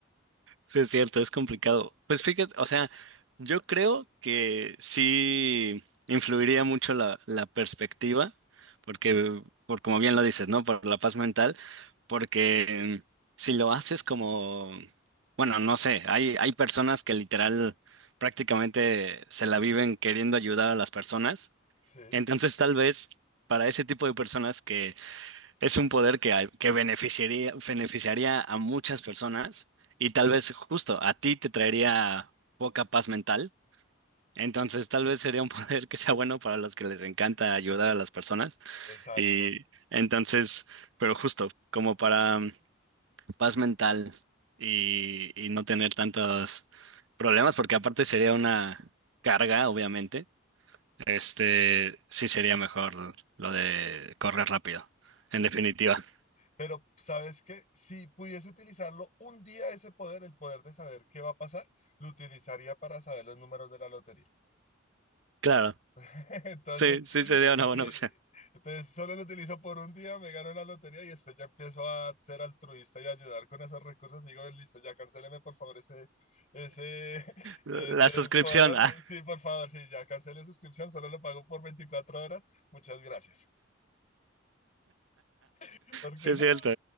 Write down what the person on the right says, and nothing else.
sí es cierto, es complicado. Pues fíjate, o sea, yo creo que sí influiría mucho la, la perspectiva, porque, por como bien lo dices, ¿no? Por la paz mental, porque mm, si lo haces como, bueno, no sé, hay, hay personas que literal prácticamente se la viven queriendo ayudar a las personas,
entonces tal vez para ese tipo de personas Es un poder que, a- que beneficiaría, beneficiaría a muchas personas y tal vez justo a ti te traería poca paz mental. Entonces tal vez sería un <laughs> poder que sea bueno para los que les encanta ayudar a las personas.
Y entonces, pero justo como para mm, paz mental y, y no tener tantos problemas, porque aparte sería una carga, obviamente. Este sí sería mejor lo de correr rápido,
en definitiva.
Claro.
Sí, sí sería
una
buena opción.
La
suscripción,
ah,
sí es
cierto.